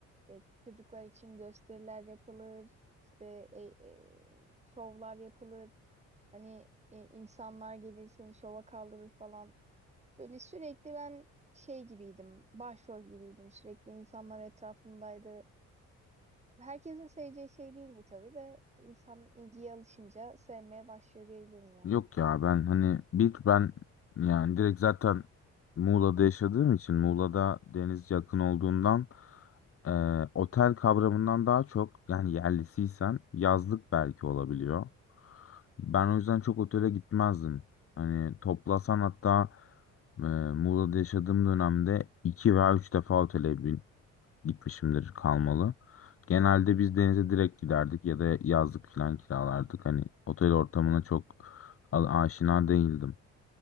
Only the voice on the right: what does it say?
e, çocuklar için gösteriler yapılır, işte e, e, şovlar yapılır. Hani e, insanlar gelir seni şova kaldırır falan. Böyle sürekli ben şey gibiydim, başrol gibiydim. Sürekli insanlar etrafımdaydı. Herkesin seveceği şey değil bu tabii de insan ilgiye alışınca sevmeye başlıyor diyebilirim yani.